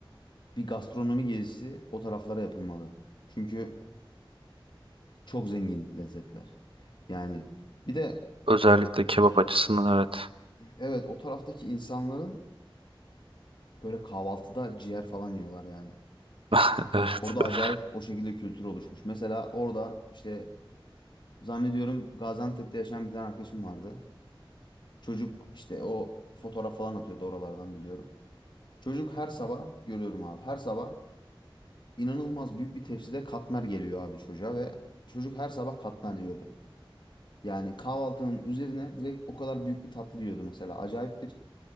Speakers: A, on the left; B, on the right.
A: bir gastronomi gezisi o taraflara yapılmalı. Çünkü çok zengin lezzetler. Yani bir de
B: Özellikle kebap açısından evet.
A: evet o taraftaki insanların böyle kahvaltıda ciğer falan yiyorlar yani.
B: <laughs> Evet.
A: Orada acayip o şekilde kültür oluşmuş. Mesela orada işte zannediyorum Gaziantep'te yaşayan bir tane arkadaşım vardı. Çocuk işte o fotoğraf falan atıyordu oralardan biliyorum. Çocuk her sabah görüyorum abi. Her sabah inanılmaz büyük bir tepside katmer geliyor abi çocuğa ve çocuk her sabah katmer diyordu. Yani kahvaltının üzerine direkt o kadar büyük bir tatlı yiyordu mesela. Acayip bir